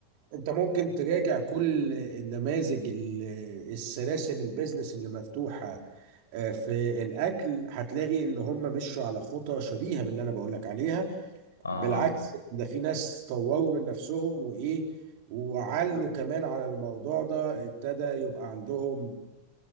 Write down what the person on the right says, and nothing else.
انت ممكن تراجع كل النماذج ال- السلاسل البيزنس اللي مفتوحة آه، في الاكل هتلاقي ان هم مشوا على خطى شبيهة باللي انا بقولك عليها
بالعكس
ده في ناس طوروا من نفسهم وايه وعلوا كمان على الموضوع ده ابتدى يبقى عندهم